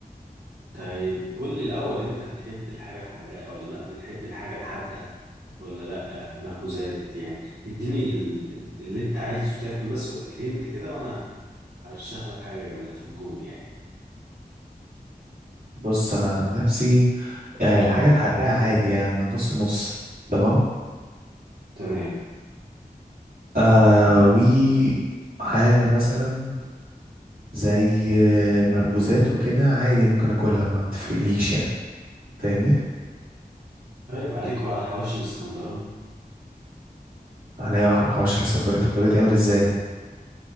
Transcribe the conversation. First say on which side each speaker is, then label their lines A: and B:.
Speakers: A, on the right; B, on the right.
A: طيب قول لي الأول أنت بتحب الحاجة الحراقة ولا لأ بتحب الحاجة الحادقة ولا لأ المخبوزات يعني اديني ال- ال- اللي أنت عايزه تاكل بس الهنت كده وأنا هرشح لك حاجة جامدة في الجون يعني
B: بص انا عن نفسي آه الحاجه الحراقه عادي يعني انا نص نص تمام
A: تمام
B: آه و حاجه مثلا زي المخبوزات وكده عادي ممكن اكلها ما بتفرقليش يعني فاهمني
A: طيب عليك وعلى الحواوشي الإسكندراني
B: عليا واحد الحوش الاسكندريه طب ده بيتعمل ازاي ده